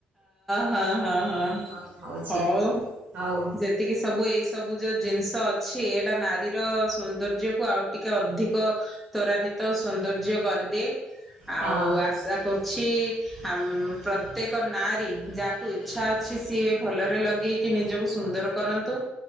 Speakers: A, in the centre; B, on the right.
A: ହଁ ହଁ ହଁ
B: କଣ ହଉଛି
A: ହଉ
B: ହଉ
A: ଯେ ଏତକି ସବୁ ଏଇ ସବୁ ଯୋଉ ଜିନିଷ ଅଛି ଏଇଟା ନାରୀର ସୌନ୍ଦର୍ଯ୍ୟ କୁ ଆଉ ଟିକେ ଅଧିକ ତ୍ୱରାନ୍ୱିତ ସୌନ୍ଦର୍ଯ୍ୟ କ ଦିଏ ଆଉ
B: ହଁ।
A: ଆଶା କରୁଛି ଆମ ପ୍ରତେକ୍ ପ୍ରତ୍ୟେକ ନାରୀ ଯାହାକୁ ଇଛା ଅଛି ସିଏ ଭଲରେ ଲଗେଇକି ନିଜକୁ ସୁନ୍ଦର କରନ୍ତୁ।